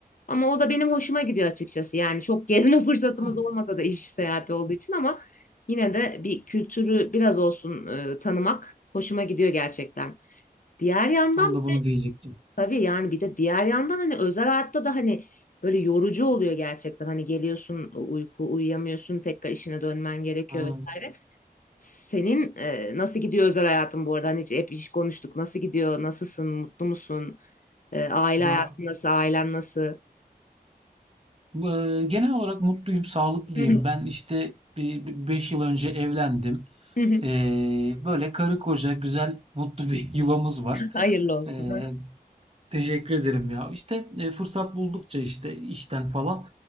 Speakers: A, on the left; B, on the right.
A: Ama o da benim hoşuma gidiyor açıkçası. Yani çok gezme <laughs> fırsatımız
B: heh,
A: olmasa da iş seyahati olduğu için ama yine de bir kültürü biraz olsun e, tanımak hoşuma gidiyor gerçekten. Diğer yandan
B: tam da bunu diyecektim.
A: tabii yani bir de diğer yandan hani özel hayatta da hani böyle yorucu oluyor gerçekten. Hani geliyorsun uyku uyuyamıyorsun tekrar işine dönmen gerekiyor
B: Ha,
A: vesaire. Senin e, nasıl gidiyor özel hayatın bu arada? Hani hiç, hep iş konuştuk. Nasıl gidiyor? Nasılsın? Mutlu musun? E, aile hayatın
B: ya
A: nasıl? Ailen nasıl?
B: e, genel olarak mutluyum, sağlıklıyım.
A: Hı hı,
B: Ben işte 5 yıl önce evlendim.
A: hı hı.
B: Ee, böyle karı koca güzel, mutlu bir <laughs> yuvamız var.
A: Hayırlı olsun.
B: E, Teşekkür ederim ya. İşte e, fırsat buldukça işte işten falan